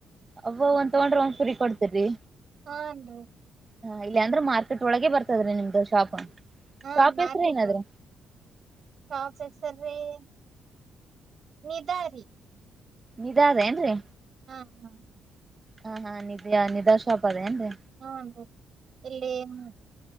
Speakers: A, on the right; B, on the right.
A: ಅವ ಒಂದ ತಗೊಂಡ್ರೆ ಒಂದ್ ಫ್ರೀ ಕೊಡ್ತರರಿ.
B: ಹಾನ್ರಿ
A: ವಾಲ್ಲ ಅಂದ್ರೆ ಮಾರ್ಕೆಟ್ ಒಳಗೆ ಬರ್ತದ್ರೀ ನಿಮ್ದು ಶಾಪ್.
B: ಹ್ಮ
A: ಶಾಪ್
B: ಮಾರ್ಕೆಟ್
A: ಹೆಸ್ರ ಏನದ್ರಿ
B: ಬಂ ಶಾಪ ಸ ಹೆಸರಿ <inaudible> ಇದರಿ
A: ಇದ ಅದ ಏನ್ರಿ
B: ಹಾ ಹಾ
A: ಹಾ ಹಾ ನಿಿದ್ಯಾಾ ನಿಧಾ ಶಾಪ್ ಅದೇ ಏನ್ರಿ
B: ಹ್ಮ್ಮ್ ಅಂದ ಇಲ್ಲಿ ಏನ್